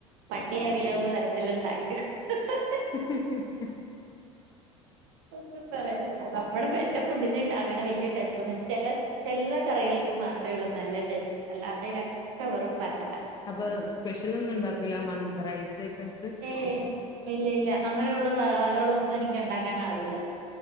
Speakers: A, on the right (about 55°); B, on the left (about 25°).
A: പട്ടിയെ എറിയാവുന്ന തരത്തിലുണ്ടാക്കും ഹി ഹി
B: ഹി ഹി ഹി
A: ഒന്നും പറയാനില്ല നമ്മടെ എന്റെ ഫുഡിന് ട അങ്ങനെ വല്യ ടേസ്റ്റ് ഒന്നുല്ല ചെല ചെല കറികൾക്ക്‌ മാത്രേ ഉള്ളൂ നല്ല ടേസ്റ്റ് അല്ല അതനെക്കെ വറും പ
B: അപ്പൊ സ്പെഷ്യലൊന്നും ഉണ്ടാക്കൂല മന്തി റൈസ് ഐറ്റംസ്
A: ഏയ്‌ ഇല്ലില്ല അങ്ങനൊള്ള വകകളൊന്നും എനിക്ക് ഒണ്ടാക്കാനറിയില്ല